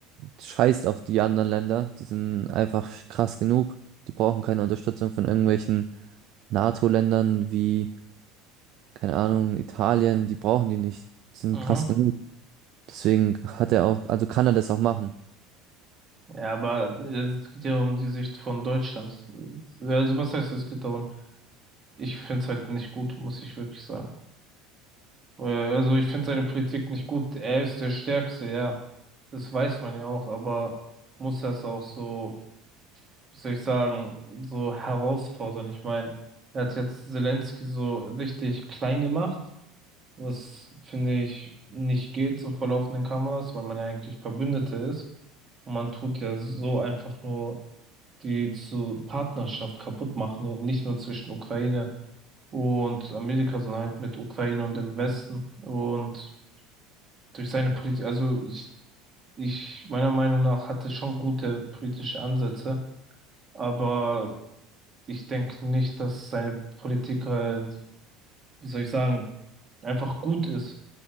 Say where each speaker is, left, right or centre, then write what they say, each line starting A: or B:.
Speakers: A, on the right; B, on the right.
A: scheißt auf die anderen Länder. Die sind einfach krass genug. Die brauchen keine Unterstützung von irgendwelchen NATO-Ländern wie keine Ahnung, Italien, die brauchen die nicht. Die sind
B: Mhm.
A: krass genug. Deswegen hat er auch, also kann er das auch machen.
B: Ja, aber äh, es geht ja um die Sicht von Deutschland. Also was heißt, es geht darum? Ich find's halt nicht gut, muss ich wirklich sagen. Äh, Also ich find seine Politik nicht gut. Er ist der Stärkste, ja. Das weiß man ja auch, aber muss das auch so, wie soll ich sagen, so herausfordern? Ich meine, er hat jetzt Zelensky so richtig klein gemacht, was finde ich nicht geht, so vor laufenden Kameras, weil man ja eigentlich Verbündete ist. Und man tut ja so einfach nur die zu Partnerschaft kaputt machen, und nicht nur zwischen Ukraine und Amerika, sondern halt mit Ukraine und dem Westen. Und durch seine Politik, also ich ich, meiner Meinung nach, hatte schon gute politische Ansätze, aber ich denke nicht, dass seine Politik halt, wie soll ich sagen, einfach gut ist.